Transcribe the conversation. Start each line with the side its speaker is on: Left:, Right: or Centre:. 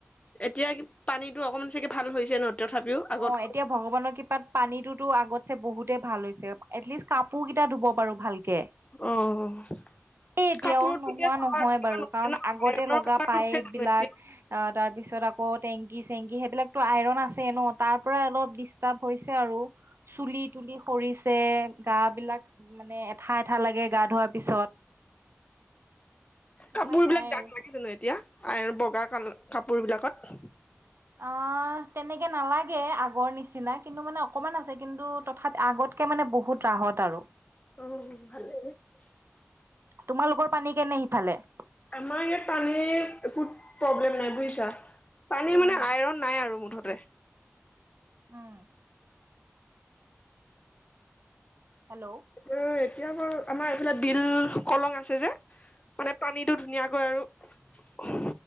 Left: এতিয়া কি পানীটো অকণমান চাগে ভাল হৈছে ন? তথাপিও আগত
Right: অ', এতিয়া ভগৱানৰ কৃপাত পানীটোতো আগতছে বহুতেই ভাল হৈছে, এটলিষ্ট কাপোৰ কেইটা ধুব পাৰো ভালকে।
Left: অ',
Right: এই এতিয়াও
Left: কাপোৰত
Right: নোহোৱা
Left: এতিয়া কালাৰ
Right: নহয়
Left: কিছুমান
Right: বাৰু
Left: উঠে
Right: কাৰণ
Left: ন
Right: আগতে
Left: আইৰনৰ
Right: লগা
Left: কালাৰটো
Right: পাইপ
Left: উঠে জানো
Right: বিলাক
Left: এতিয়া?
Right: আ, তাৰ পিছত আকৌ টেংকি চেংকি সেইবিলাকতো আইৰন আছে ন' তাৰ পৰাই অলপ ডিষ্টাৰ্ব হৈছে হৈছে আৰু চুলি তুলি সৰিছে গা বিলাক মানে এঠা এঠা লাগে গা ধোৱাৰ পিছত
Left: কাপোৰ
Right: উপায় নাই
Left: বিলাক দাগ
Right: আৰু
Left: লাগে জানো এতিয়া, বগা কাল কাপোৰ বিলাকত?
Right: আ, তেনেকে নালাগে আগৰ নিচিনা কিন্তু মানে অকমান আছে কিন্তু তথা আগত তে মানে বহুত ৰাহত আৰু
Left: অ ভালে
Right: তোমালোকৰ পানী কেনে সিফালে?
Left: আমাৰ ইয়াত পানীৰ কুত প্ৰব্লেম নাই বুজিছা। পানী
Right: উম
Left: মানে আইৰণ নাই আৰু মুঠতে।
Right: উম। হেল্ল'।
Left: অ', এতিয়া বাৰ আমাৰ এইফালে বিল কলং আছে যে মানে পানীত টো ধুনীয়াকৈ আৰু